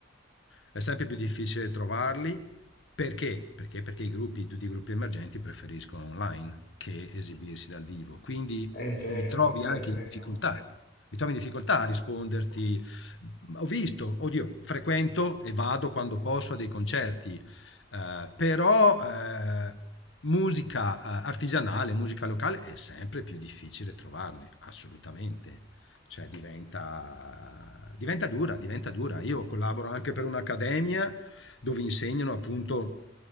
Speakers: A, on the left; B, on the left.
A: È sempre più difficile trovarli perché? Perché, perché i gruppi, tutti i gruppi emergenti preferiscono online che esibirsi dal vivo. Quindi
B: È vero,
A: mi trovi
B: è vero,
A: anche
B: è vero.
A: in difficoltà. Mi trovi in difficoltà a risponderti. Ho visto, oddio, frequento e vado quando posso a dei concerti, eh, però eh, musica eh, artigianale, musica locale è sempre più difficile trovarne, assolutamente cioè diventa, diventa dura, diventa dura. Io collaboro anche per un'accademia dove insegnano appunto